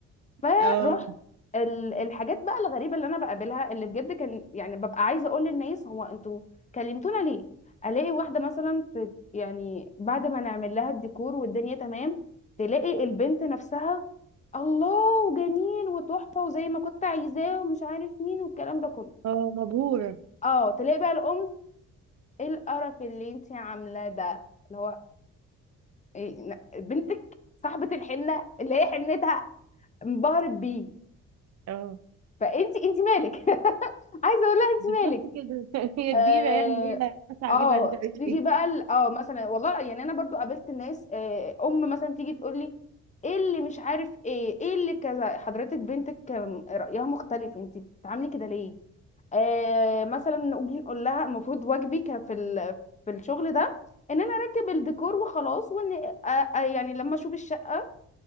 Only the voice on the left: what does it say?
فروحت
ال- الحاجات بقى الغريبه اللي انا بقابلها اللي بجد كان يعني ببقى عايزه اقول للناس هو انتوا كلمتونا ليه الاقي واحده مثلا ت- يعني بعد ما نعمل لها الديكور والدنيا تمام تلاقي البنت نفسها الله وجميل وتحفه وزي ما كنت عايزاه ومش عارف مين والكلام ده كله
اه تلاقي بقى الام ايه القرف اللي انت عاملاه ده اللي هو إيه ن- بنتك صاحبه الحنه اللي هي حنتها انبهرت بيه
فانت انت مالك <laughs> عايزه اقول لها انت
مالك
اه
اه
تيجي
بقى ال- اه مثلا والله يعني انا برضو قابلت الناس آه ام مثلا تيجي تقول لي ايه اللي مش عارف ايه ايه اللي كذا حضرتك بنتك كان رايها مختلف انت بتتعاملي كده ليه آه مثلا نيجي نقول لها المفروض واجبي ك- في ال- في الشغل ده ان انا اركب الديكور وخلاص وان آه آه يعني لما اشوف الشقه